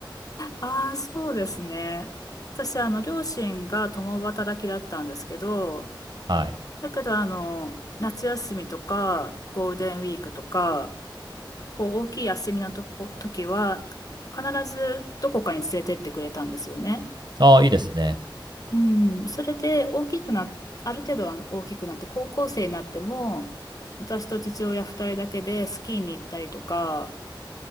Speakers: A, on the left (about 45°); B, on the right (about 60°).
A: ああ、そうですね。私、あの、両親が共働きだったんですけど、
B: はい。
A: だけど、あの、夏休みとか、ゴールデンウィークとか、こう、大きい休みのとこ、時は、必ずどこかに連れてってくれたんですよね。
B: ああ、いいですね。
A: うん、それで、大きくな、ある程度は大きくなって、高校生になっても、私と父親二人だけでスキーに行ったりとか、